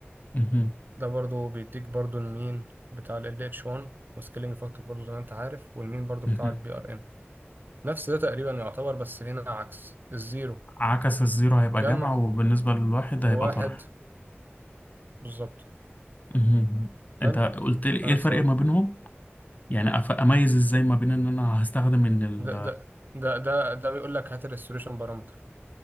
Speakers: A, on the left (about 40°); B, on the right (about 50°).
A: مهم.
B: ده برضو بيديك برضو المين بتاع ال LH1 وسكيلينج فاكتور برضو زي ما انت عارف والمين برضو
A: مهم.
B: بتاع البي ار ام نفس ده تقريبا يعتبر بس هنا عكس الزيرو
A: عكس الزيرو هيبقى
B: جمع
A: جمع وبالنسبة للواحد هيبقى
B: وواحد
A: طرح
B: بالظبط
A: مهم.
B: حلو
A: انت قلت لي ايه
B: على
A: الفرق
B: نفس الوضع
A: ما بينهم يعني أف- اميز ازاي
B: ال-
A: ما بين ان انا هستخدم ان ال
B: ده ده ده ده ده بيقول لك هات الريستوريشن بارامتر